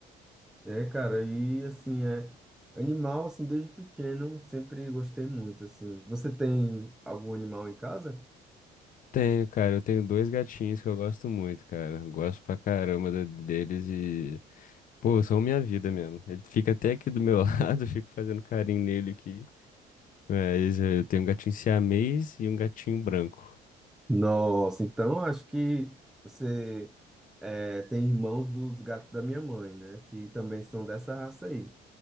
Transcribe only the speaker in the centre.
É, cara, e assim, é animal, assim, desde pequeno, sempre gostei muito, assim. Você tem algum animal em casa?
Nossa, então acho que você é, tem irmãos dos gatos da minha mãe, né? Que também são dessa raça aí.